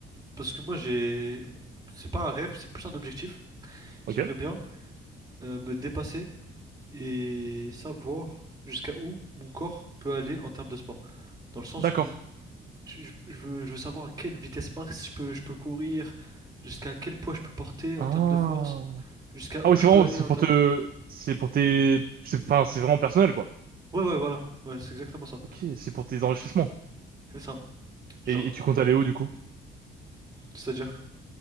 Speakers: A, on the right (about 20°); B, on the right (about 50°).
A: Parce que moi, j'ai. Bon, c'est pas un rêve, c'est plus un objectif.
B: Ok.
A: J'aimerais bien euh, me dépasser et savoir jusqu'à où mon corps peut aller en termes de sport. Dans le sens
B: D'accord.
A: où je, je- je veux, je veux savoir à quelle vitesse max je peux, je peux courir, jusqu'à quel poids je peux porter
B: Ah.
A: en termes de force, jusqu'à
B: Ah
A: où
B: oui,
A: je
B: c'est
A: peux
B: vraiment,
A: aller
B: c'est
A: en
B: pour
A: termes.
B: te, c'est pour tes, c'est, enfin, c'est vraiment personnel quoi.
A: Ouais, ouais, voilà. Ouais, c'est exactement ça.
B: Ok, c'est pour tes enrichissements.
A: C'est ça. Genre,
B: Et, et tu comptes aller où du coup?
A: c'est-à-dire?